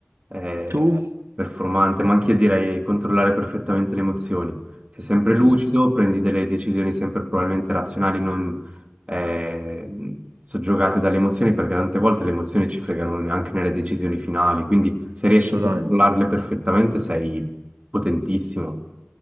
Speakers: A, on the right; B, on the right.
A: eh,
B: Tu?
A: performante, ma anche io direi controllare perfettamente le emozioni. Sei sempre lucido,
B: Mm,
A: prendi delle decisioni sempre probabilmente razionali, non eh, soggiogate dalle emozioni, perché tante volte le emozioni ci fregano anche nelle decisioni finali, quindi se riesci
B: assolutamente,
A: a controllarle perfettamente sei potentissimo